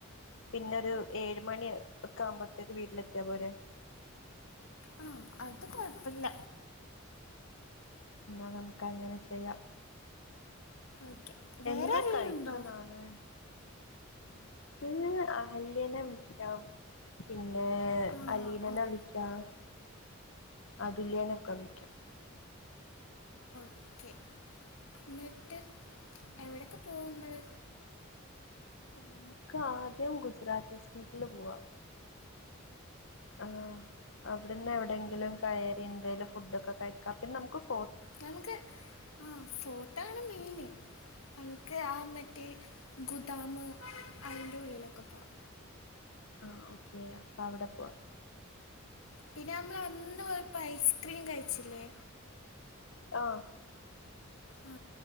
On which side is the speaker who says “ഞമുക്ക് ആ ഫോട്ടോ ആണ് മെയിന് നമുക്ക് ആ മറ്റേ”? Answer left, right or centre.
Left